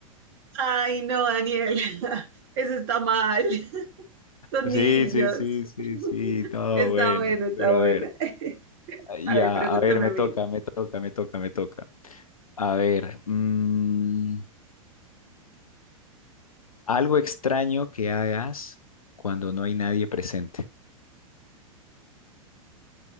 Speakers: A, on the right (about 45°); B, on the left (about 75°).
A: Ay, no, Daniel, <laughs> eso está mal. <laughs> Los
B: Sí,
A: niños.
B: sí, sí, sí, sí, no,
A: Está
B: bueno,
A: bueno, está
B: pero
A: buena.
B: a ver.
A: <laughs>
B: Ya,
A: A ver, pregúntame
B: a ver, me
A: a mí.
B: toca, me toca, me toca, me toca. A ver, mm, algo extraño que hagas cuando no hay nadie presente.